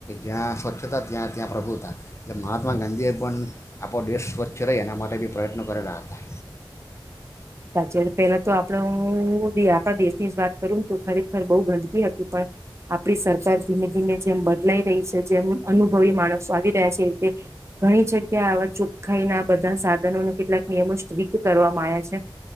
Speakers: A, on the left; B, on the right.
A: જ્યાં સ્વચ્છતા ત્યાં ત્યાં પ્રભુ હતા એટલે મહાત્મા ગાંધીએ પણ આપણો દેશ સ્વચ્છ રહે એના માટે બી પ્રયત્નો કરેલા હતા.
B: સાચ પેલા તો આપડ આપણા દેશની જ વાત કરું ને તો ખરેખર બહુ ગંદકી હતી, પણ આપડી સરકાર ધીમે ધીમે જેમ બદલાઈ રહી છે, જેમ અનુભવી માણસો આવી રહ્યા છે એ ઘણી જગ્યા આવા ચોખ્ખાઈ ના બધા સાધનોના કેટલાક નિયમો સ્ટ્રીક કરવામાં આવ્યા છે.